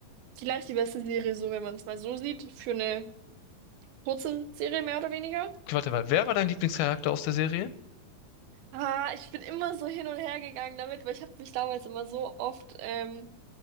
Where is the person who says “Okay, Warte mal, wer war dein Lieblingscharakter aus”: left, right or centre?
Left